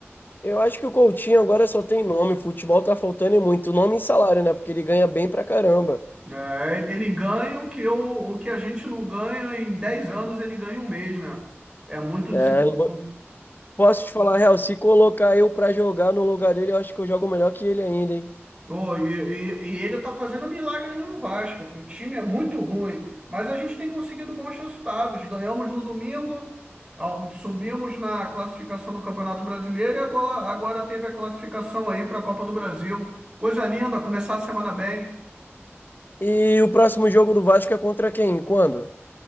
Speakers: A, on the left (about 45°); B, on the right (about 20°).
A: Eu acho que o Coutinho agora só tem nome. Futebol tá faltando e muito. Nome e salário, né? Porque ele ganha bem pra caramba.
B: É, ele ganha o que eu, o que a gente não ganha em 10 anos, ele ganha em um mês, né? É muito
A: É,
B: desigual.
A: eu- posso te falar a real, se colocar eu pra jogar no lugar dele, eu acho que eu jogo melhor que ele ainda, hein?
B: Pô, e, e- e ele tá fazendo milagre ainda no Vasco, que o time é muito ruim, mas a gente tem conseguido bons resultados. Ganhamos no domingo, ao- subimos na classificação do Campeonato Brasileiro e agora, agora teve a classificação aí para a Copa do Brasil. Coisa linda, começar a semana bem.
A: E o próximo jogo do Vasco é contra quem? Quando?